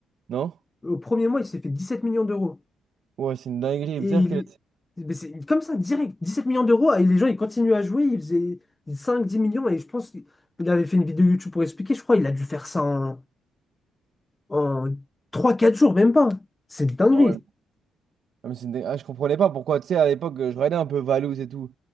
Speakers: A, on the right (about 65°); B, on the left (about 20°).
A: Non?
B: Au premier mois, il s'est fait 17 millions d'euros.
A: Ouais, c'est une dinguerie.
B: Et
A: C'est-à-dire
B: il-
A: que...
B: mais c'est comme ça, direct, 17 millions d'euros. Et les gens, ils continuent à jouer, ils faisaient cinq dix millions. Et je pense qu'il il avait fait une vidéo YouTube pour expliquer, je crois, il a dû faire ça en, en 3-4 jours, même pas. C'est une dinguerie.
A: Ah ouais, Ah, mais c'est une dé- ah, je comprenais pas pourquoi, tu sais, à l'époque, je regardais un peu Valouz et tout.